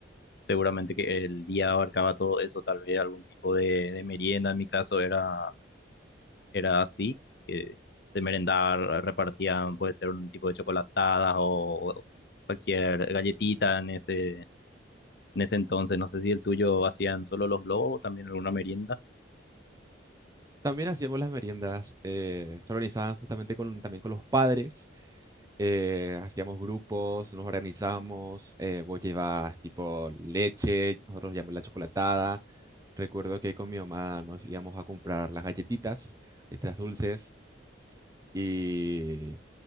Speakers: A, on the left; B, on the right.
A: Seguramente que el día abarcaba todo eso, tal vez algún tipo de, de merienda, en mi caso era, era así, que se merendaba, repartían, puede ser un tipo de chocolatadas o cualquier galletita en ese, en ese entonces. No sé si el tuyo hacían solo los globos o también alguna merienda.
B: También hacíamos las meriendas, eh, se organizaban justamente con, también con los padres, eh, hacíamos grupos, nos organizamos, eh, vos llevas tipo leche, nosotros llevamos la chocolatada. Recuerdo que con mi mamá nos íbamos a comprar las galletitas, estas dulces, y,